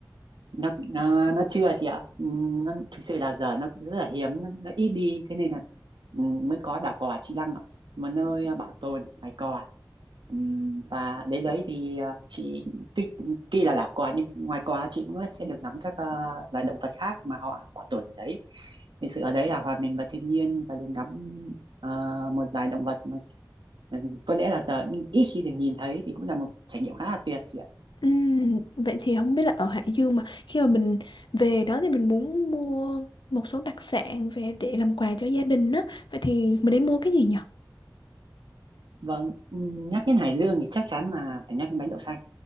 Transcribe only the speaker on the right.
nó nó, nó chưa chị ạ Ừm, nó thực sự là giờ nó rất là hiếm nó, nó ít đi thế nên là ừm, mới có đảo cò Chi Lăng ạ một nơi à, bảo tồn loài cò Ừm, và đến đấy thì à, chị tuy tuy là đảo cò nhưng ngoài cò chị cũng sẽ được ngắm các à, loài động vật khác mà họ bảo tồn ở đấy thực sự ở đấy là hòa mình vào thiên nhiên và được ngắm à, một loài động vật Ừ, có lẽ là giờ ít khi được nhìn thấy thì cũng là một trải nghiệm khá là tuyệt chị ạ
vâng ừm, nhắc đến Hải Dương thì chắc chắn là phải nhắc đến bánh đậu xanh